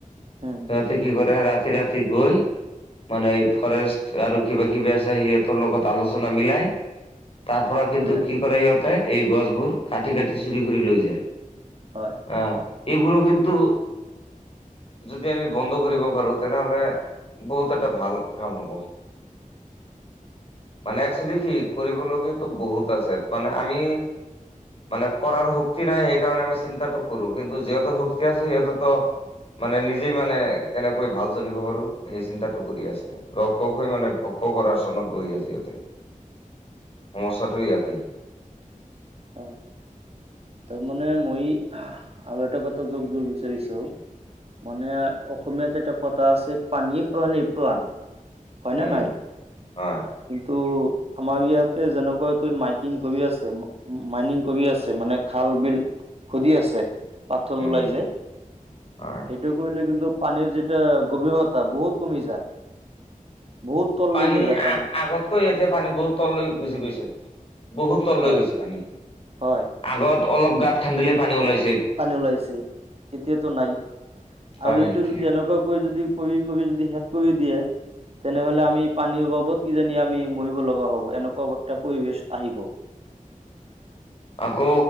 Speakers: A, on the right (about 45°); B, on the left (about 40°).
A: উম,
B: সিহঁতে কি কৰে ৰাতি- ৰাতি গৈ মানে ফৰেষ্ট আৰু কিবা- কিবি আছে সিহঁতৰ লগত আলোচনা মিলাই তাৰ পৰা কিন্তু
A: এইবিলাক
B: কি কৰে সিহঁতে এই গছবোৰ কাটি- কাটি চুৰি কৰি লৈ যায়।
A: হয়
B: আহ, এইবোৰো কিন্তু যদি আমি বন্ধ কৰিব পাৰো তেনেহলে বহুত এটা ভাল কাম হব।
A: <unintelligible>
B: মানে একচলি কি কৰিবলগীয়াতো বহুত আছে, মানে আমি মানে কৰাৰ শক্তি নাই সেইকাৰণে আমি চিন্তাটো কৰো কিন্তু যিহঁতৰ শক্তি আছে সিহঁতেত মানে নিজেই মানে কেনেকৈ ভাল চলিব পাৰো সেই চিন্তাটো কৰি আছ ৰক্ষকে
A: হয়
B: হৈ মানে ভক্ষ কৰাৰ চনত বহি আছে ইহঁতে। সমস্যাটো ইয়াতেই।
A: হয়। তাৰ মানে মই আৰু এটা কথা যোগ দোৰ বিচাৰিছো মানে অসমীয়াত এটা কথা আছে, পানী প্ৰাণী প্ৰাণ। হয়
B: উম
A: ন নাই
B: হয়
A: কিন্তু আমাৰ ইয়াতে যেনেকুৱা কৈ মাইকিং কৰি আছে, মা মাইনিং কৰি আছে, মানে খাল -বিল খুজি আছে। পাথৰ
B: উম
A: ওলাই যে,
B: হয়
A: সেইটো কৰিলে কিন্তু পানীৰ যিত তা গভীৰতা বহুত কমি যায়। বহুত তললৈকে
B: পানী
A: যায়
B: আগ -আগতকৈ এতিয়া পানী বহুত তললৈ গুচি গৈছে। বহুত তললৈ
A: হয়
B: গৈছে পানী,
A: হয়
B: আগত অলপ গাঁত খান্দিলে পানী ওলাই
A: পানী ওলাইছে, এতিয়াটো নাই
B: হয়
A: আৰু এইটো
B: এতিয়া
A: যদি এনেকুৱাকৈ যদি কৰি কৰি যদি শেষ কৰি দিয়ে তেনেহলে আমি পানীৰ অভাবত কিজানি আমি মৰিব লগা হব এনেকুৱা এটা পৰিবেশ আহিব। <unintelligible>
B: আকৌ